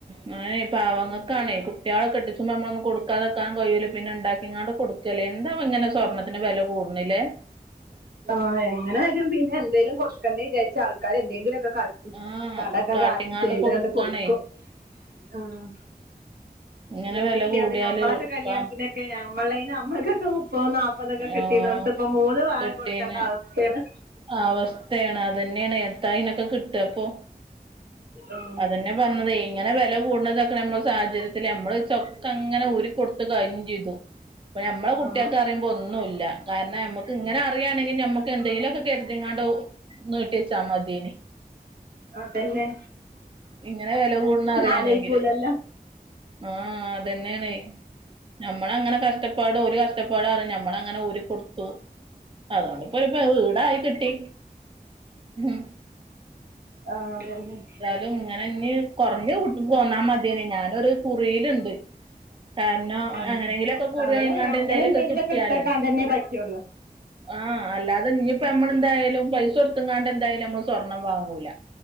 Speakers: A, on the right (about 35°); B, on the right (about 80°).
A: ങ ഈ പാവങ്ങക്കാണെ കുട്ടികളെ കെട്ടിച്ചുമ്പോ ഒന്നും കൊടുക്കാതെക്കാൻ കഴയൂല്ല പിന്നെ ഉണ്ടാക്കി പിന്നോട് കൊടുക്കല്ലേ എന്താവും ഇങ്ങനെ സ്വർണ്ണത്തിന് വില കൂടുന്നില്ലേ? <inaudible>
B: ആഹ് എങ്ങനാലും പിന്നെ എന്തേലും കൊടുക്കണ്ടെ വിചാരിച് ആൾക്കാർ എന്തെങ്കിലുംക്കെകാട്ടും
A: ആഹ്
B: കടകട
A: കാട്ടിങ്ങാണ്ട്
B: ആക്കി ചെയ്താണ്ട്
A: കൊടുക്കാണേ
B: കൊടുക്കും ആഹ്
A: ഇങ്ങനെ
B: ഒന്നില്ലാതെ
A: വില കൂടിയാല്
B: ഞമ്മളൊക്കെ കല്യാണത്തിനൊക്കെ
A: ഇപ്പ
B: ഞമ്മളെന് നമ്മക്കൊക്കെ മുപ്പതും നാപ്പ പ്പതോക്കെ കിട്ടീനോട്ത്ത്
A: ആഹ്
B: ഇപ്പം മൂന്ന് പവൻ
A: കെട്ടീന്
B: കൊടുക്കേണ്ട അവസ്ഥയാണ്.
A: അവസ്ഥയാണ് അതന്നെയാണ് എ ത്താ ഇനൊക്കെ കിട്ട ഇപ്പൊ?
B: ആ
A: അതന്നെ പറഞ്ഞതേ ഇങ്ങനെ വില കൂടുന്നതൊക്കെ നമ്മള സാഹചര്യത്തിത്തില് നമ്മള് ചൊക്ക അങ്ങനെ ഊരി കൊടുത്തു കഴിഞ്ഞും ചെയ്തു. ഇപ്പൊ മ്മളെ കുട്ടിയൊക്കെ
B: ആ
A: അറിയുമ്പോ ഒന്നുമല്ല കാരണം ഞമ്മുക്ക് ഇങ്ങനെ അറിയയാണെങ്ക നമ്മക്ക് എന്തെങ്കിലുമൊക്കെ കരുതിങ്ങാണ്ടോ നൂറ്റിച്ചമ്മതീന്
B: അതല്ലെ
A: ഇങ്ങനെ വില കൂടന്ന അറിയണെങ്കില്
B: ആലോയിക്കൂലല്ലോ
A: ആഹ് അതന്നെയാണെ ഞമ്മള അങ്ങനെ കഷ്ടപ്പാട് ഒരു കഷ്ടപ്പാട അറി നമ്മള അങ്ങനെ ഊരിക്കൊടു പ്പൊ അതുകൊണ്ടിപ്പൊ ഇപ്പൊ വീടായി കിട്ടി ഹ്മ്
B: ആഹ അത് തന്നെ
A: ഇത് ഇങ്ങനെ ഇനി കുറഞ്ഞു- പോന്നാ മതിനു ഞാനൊരു കുറിയിലുണ്ട്. കാരണം,
B: ആ
A: അങ്ങനെങ്കിലുംക്കെ കുറി
B: അങ്ങനെ
A: കടിഞ്ഞാണ്ട്
B: അങ്ങനെ
A: എന്തേലുമൊക്കെ
B: എന്തെങ്കിലുമൊക്കെ
A: കിട്ടിയാലേ.
B: എടുത്തേക്കാൻ തന്നെ പറ്റുള്ളൂ
A: ആഹ് അല്ലാതെ ഇനിയിപ്പോ നമ്മളെന്തായാലും പൈസൊട് ത്തെങ്ങാണ്ട് എന്തായാലും നമ്മള് സ്വർണം വാങ്ങൂല